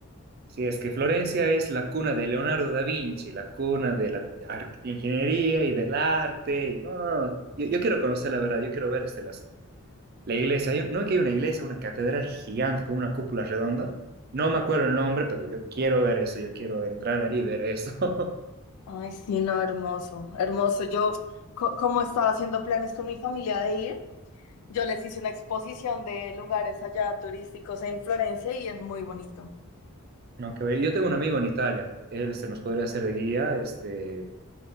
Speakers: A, on the right; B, on the left.
A: Sí, es que Florencia es la cuna de Leonardo da Vinci, la cuna de la ar- ingeniería y del arte. Y, no, no, no. Yo, yo quiero conocer la verdad, yo quiero ver este, las La iglesia, hay- no es que hay una iglesia, una catedral gigante con una cúpula redonda. No me acuerdo el nombre, pero yo quiero ver eso, yo quiero entrar ahí y ver eso. <laughs>
B: Ay, sí, no, hermoso, hermoso. Yo, co- como estaba haciendo planes con mi familia de ir, yo les hice una exposición de lugares allá turísticos en Florencia y es muy bonito.
A: No, que ver. Yo tengo un amigo en Italia, él se nos podría hacer de guía, este